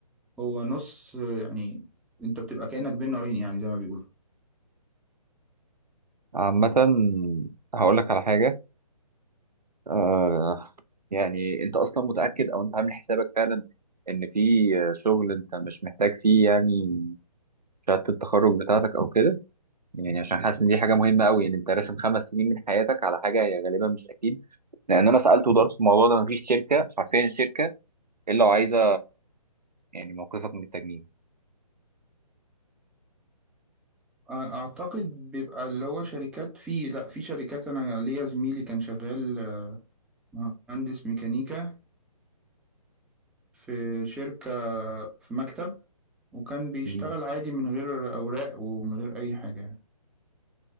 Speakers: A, in the centre; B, on the right.
A: هو نص يعني انت بتبقى كأنك بين نارين يعني زي ما بيقولوا
B: عامه هقول لك على حاجه آه يعني انت اصلا متاكد او انت عامل حسابك فعلا ان في شغل انت مش محتاج فيه يعني شهاده التخرج بتاعتك او كده يعني عشان حاسس ان دي حاجه مهمه قوي ان انت راسم خمس سنين من حياتك على حاجه هي غالبا مش اكيد لان انا سالت ودرت في الموضوع ده مفيش شركه حرفيا شركه الا وعايزه يعني موقفك من التجنيد
A: اعتقد بيبقى اللي هو شركات في لا في شركات انا ليا زميلي كان شغال مهندس ميكانيكا في شركة في مكتب وكان بيشتغل
B: مم.
A: عادي من غير اوراق ومن غير اي حاجة يعني.